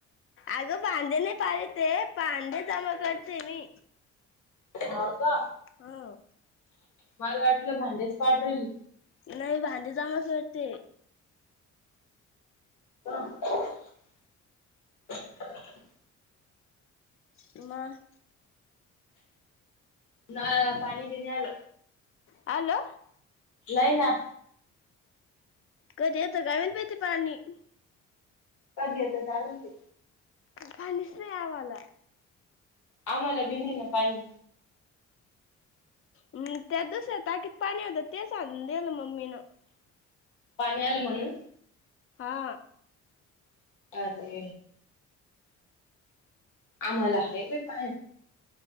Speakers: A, on the left; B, on the left.
A: अगं भांडे नाही पाळी ते काय पांदे जमा करते मी.
B: हाव का.
A: अ.
B: मला वाटलं भांडेच पाडून राहिली.
A: नाही भांधी चांग फडते
B: ह
A: म
B: ना पाणी बी नाही आलं
A: हॅलो
B: नाही ना
A: कधी आता गावी पती पाणी
B: कधीता चाल क
A: फणीस नाही आवाला
B: आम्हाला बि नाही ना पाणी
A: हम् त्याच दुसर ताकीद पाणी होतं तेच आणून दिलं मम्मी ना
B: पाणी आलं म्हणून
A: हा
B: अरे आम्हाला ह व पाय